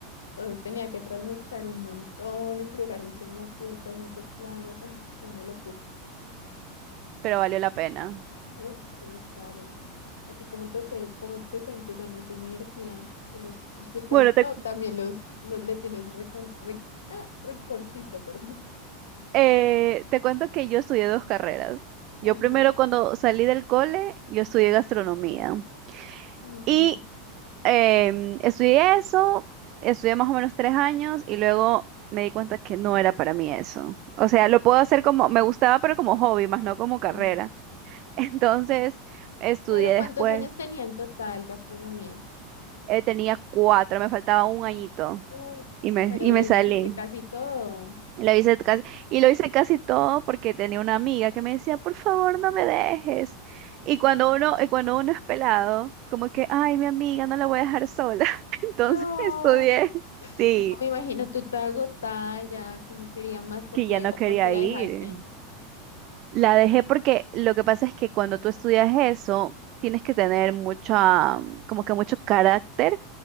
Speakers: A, on the left; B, on the right.
A: Entonces tenía que trasnochar un montón, entregar muchas maquetas, muchos planos. <laughs> ay, fue una locura.
B: pero valió la pena.
A: Uf, sí, claro. ¿A ti cómo te fue, cómo te fue en tus años de universidad? ¿Si los disfrutaste
B: Bueno, te,
A: o también los, los le tienes recon- re- ah, recorcito, <laughs> perdón?
B: eh, te cuento que yo estudié dos carreras.
A: Ajá.
B: Yo primero cuando salí del cole, yo estudié gastronomía.
A: ujú,
B: Y em, estudié eso, estudié más o menos tres años y luego me di cuenta que no era para mí eso. O sea, lo puedo hacer como, me gustaba, pero como hobby, más no como carrera.
A: claro.
B: <laughs> Entonces, estudié
A: Pero ¿cuántos
B: después.
A: años tenía en total gastronomía?
B: eh, tenía cuatro, me faltaba un añito
A: Uh,
B: y me,
A: pero
B: y me salí.
A: hiciste casi todo.
B: Y lo hice casi, y lo hice casi todo porque tenía una amiga que me decía, por favor, no me dejes. Y cuando uno, y cuando uno es pelado, como que, ay, mi amiga, no la voy a dejar sola. <laughs> Entonces
A: No,
B: estudié, sí,
A: no me imagino tú te agotada ya, que no quería más porque
B: que ya no
A: o
B: quería
A: porque la
B: ir.
A: dejaste.
B: La dejé porque lo que pasa es que cuando tú estudias eso, tienes que tener mucha, como que mucho carácter